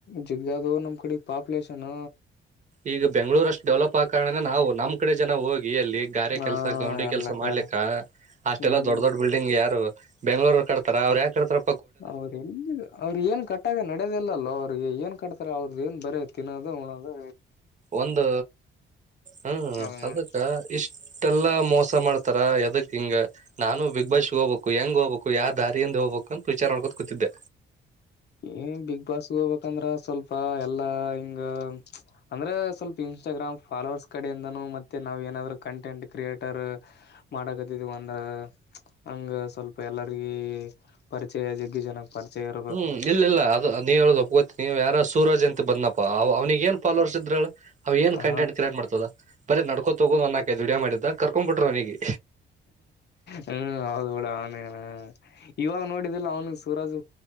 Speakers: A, on the left; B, on the right.
A: ಜಿಗ್ಗಿ ಆದೋ ನಮ್ ಕಡಿ ಪಾಪ್ಯುಲೇಷನ್.
B: ಈಗ ಬೆಂಗ್ಗಳೂರ್ ಅಷ್ಟು ಡೆವಲಪ್ ಆ ಕಾರಣ ನಾವು ನಮ್ಮ್ ಕಡೆ ಜನ ಹೋಗಿ ಅಲ್ಲಿ ಗಾರೆ
A: ಹಾ
B: ಕೆಲ್ಸ ಗೌಂಡಿ
A: ಎಲ್ಲಕಾರ
B: ಕೆಲ್ಸ ಮಾಡ್ಲಿಕ್ಕ ಅಷ್ಟೆಲ್ಲಾ
A: ಹ್ಮ್
B: ದೊಡ್ಡ ದೊಡ್ ಬಿಲ್ಡಿಂಗ್ ಯಾರು. ಬೆಂಗ್ಳೊರು ಕಡತಾರ ಅವ್ ಯಕ ಕಡತಾರ.
A: ಹೌದೇನ್ ನಿನಗ. ಅವ್ರರು ಏನ್ ಕಟ್ಟಾಗ ನಡೆದಿಲ್ಲ ಲೋ ಅವ್ರಿಗೆ ಏನ್ ಕಟ್ತಾರೆ ಅವ್ರದು ಏನ್ ಬರೇ ತಿನ್ನೋದು ಉನ್ನದು
B: ಒಂದು ಹ್ಮ
A: ಅದ ಮಾಡ
B: ಅದಕ್ಕ ಇಷ್ಟ್. ಯಲ್ಲಾ ಮೋಸ ಮಾಡ್ತಾರ ಎದಕ್ ಹಿಂಗ ನಾನು ಬಿಗ್ ಬಾಸ್ ಗೆ ಹೋಗ್ಬೇಕು. ಹೆಂಗ್ ಹೋಗಬೇಕು ಯಾವ ದಾರಿಯಿಂದ ಹೋಗ್ ಬೇಕು ಅಂತ ವಿಚಾರ ಮಾಡ್ಕೋತ ಕುಂತಿದ್ದೆ.
A: ಏನ್ ಬಿಗ್ ಬಾಸ್ಗೆ ಹೋಗ್ಬೇಕಂದ್ರ ಸ್ವಲ್ಪ ಎಲ್ಲಾ ಹಿಂಗ. ಅಂದ್ರೆ ಸ್ವಲ್ಪ ಇನ್ಸ್ಟಾಗ್ರಾಮ್ ಫಾಲೋವರ್ಸ್ ಕಡೆಯಿಂದನೂ ಮತ್ತೆ ನಾವ್ ಏನಾದ್ರು ಕಂಟೆಂಟ್ ಕ್ರಿಯೇಟರ್. ಮಾಡಕತ್ತಿದವ ಅಂದ ಹಂಗ ಸ್ವಲ್ಪ ಎಲ್ಲರಿಗೀ. ಪರಿಚಯ ಜಗ್ಗಿ ಜನಕ್ ಪರಿಚಯ ಇರ
B: ಹ್ಮ್ ಇಲ್ಲ ಇಲ್ಲ ಅದು ನೀವ್ ಹೇಳುದ ಒಪ್ಕೋತೀನಿ ನೀವು ಯಾರ ಸೂರಾಜ್ ಅಂತ ಬಂದ್ನಪ್ಪಾ ಅವ್ನಿಗೆ ಏನ್ ಫಾಲೋವರ್ಸ್ ಇದ್ರೇಳು ಅವ ಏನ್
A: ಹಾ
B: ಕಂಟೆಂಟ್ ಕ್ರಿಯೇಟ್ ಮಾಡ್ತಿದ್ದ. ಬರೇ ನಡ್ಕೋ ಹೋಗೋದು ಒಂದ್ ನಾಲಕ್ ಐದು ವಿಡಿಯೋ ಮಾಡಿದ್ದ ಕರ್ಕೊಂಡ್ ಬಿಟ್ರು ಅವನಿಗೆ.
A: ಹೋ ಹೌದು ಬಿಡು ಅವನೇನ್ ಇವಾಗ ನೋಡಿದಿಲ್ಲ ಅವನು ಸೂರಾಜ್